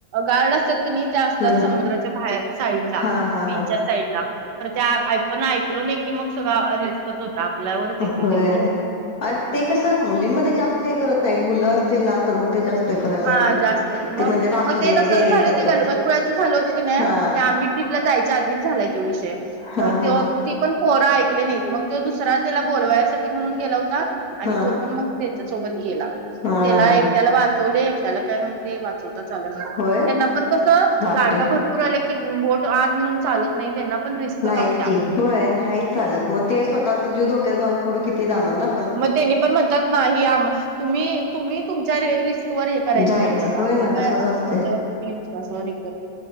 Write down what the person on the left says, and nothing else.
हम्म
हा हा हा
होय
आणि ते कसं मुलींमध्ये जास्त हे करत नाहीत, मुलं असतील ना तर मग ते जास्त. हे करायला
लागतात
ते
म्हणतात असू
दे
डेअरिंग
करतात
हा
हा
हा हा
हा
हा
होय
बापरे
नाहीच
की होय नाहीच चालत मग ते स्वतःचा जीव धोक्यात घाऊन पुढे किती जाणार ना पण
जायचं
होय
ना
तसच
असते